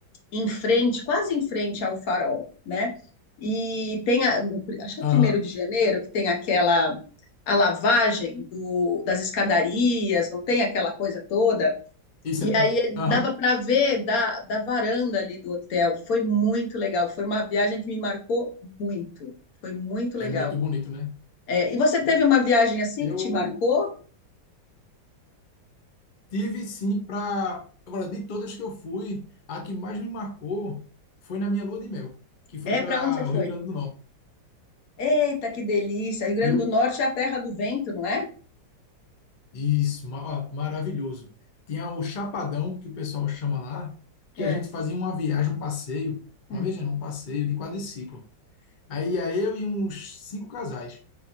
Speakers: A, on the left; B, on the left.
A: em frente, quase em frente ao Farol, né? E tem, a, no- pri- acho que
B: Aham.
A: é primeiro de janeiro, que tem aquela a lavagem do, das escadarias, não tem aquela coisa toda.
B: Isso
A: E
B: é. prim-
A: aí
B: Aham.
A: dava para ver da, da varanda ali do hotel. Foi muito legal. Foi uma viagem que me marcou muito. Foi muito legal.
B: É muito bonito, né?
A: É, e você teve uma viagem assim
B: Eu
A: que te marcou?
B: tive sim para. Agora, de todas que eu fui, a que mais me marcou foi na minha lua de mel, que foi
A: É,
B: para
A: para onde você foi?
B: o Rio Grande do Norte.
A: Eita, que delícia! Rio Grande
B: Rio.
A: do Norte é a terra do vento, não é?
B: Isso. ma- ó, maravilhoso. Tinha o Chapadão, que o pessoal chama lá, que
A: É.
B: a gente fazia uma viagem, um passeio.
A: Hum,
B: Uma viagem, não, um passeio de quadriciclo. Aí ia eu e uns cinco casais.